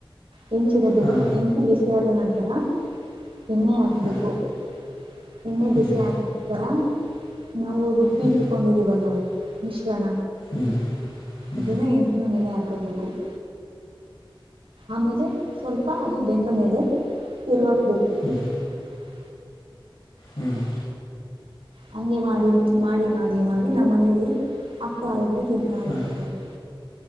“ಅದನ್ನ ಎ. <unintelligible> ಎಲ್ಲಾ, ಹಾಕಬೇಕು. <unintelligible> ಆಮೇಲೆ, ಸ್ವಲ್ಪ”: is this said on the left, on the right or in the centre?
Right